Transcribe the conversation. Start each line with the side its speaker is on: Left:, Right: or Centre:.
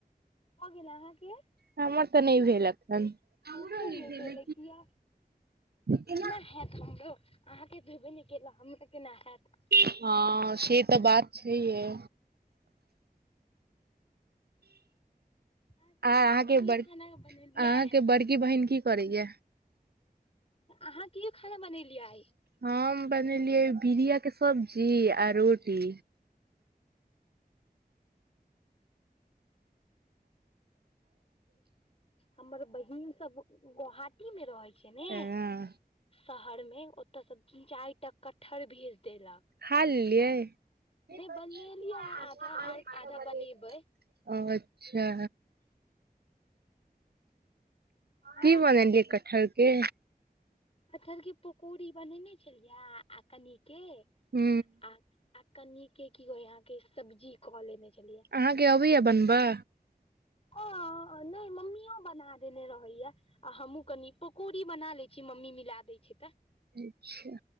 Left: भऽ गेल अहाँके
Right: हमर तऽ नहि भेल एखनहमरो
Left: हमरो
Right: नहीं
Left: नहि
Right: भेल
Left: भेलै
Right: यहि
Left: किया
Right: बियाह
Left: केना हैत हमरो अहाँके भेबे नहि केल हमरा केनाहेत
Right: हँ से तऽ बात छैय
Left: आर
Right: आ अहाँके
Left: की
Right: ब अहाँके
Left: खाना बनेलियै
Right: बड़की बहिन की किकरए
Left: अहाँ की खाना बनेलियै आई
Right: हम बनेलियै बीड़िया के सब्जी आ रोटी
Left: हूँ हमर बहिन सब गोहाटी मे रहै छै छैने
Right: हँ
Left: ने शहर मे ओतय शतीन चारि टा कटहर भेज देलक
Right: खा लियैआधा
Left: नहि बनेलियै आधा
Right: आई
Left: आर आधा
Right: बनेलिये
Left: बनेबै
Right: ओ अच्छै की
Left: आर
Right: बनेलियै कटहर के
Left: कठल के पकौड़ी बनेने छलियै आ कनिके
Right: हू
Left: आ कनि के सब्जी क लेने छलिये
Right: अहाँके अबैय बनबऽ
Left: ह नहि मम्मीो बना देने रहतयै आ हमहूँ कनि पकौड़ी बना लै छी मम्मी मिला दै छै तऽ
Right: अच्छा